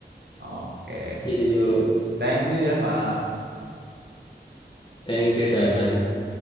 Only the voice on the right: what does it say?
Oke.
Thank you ya, Pak.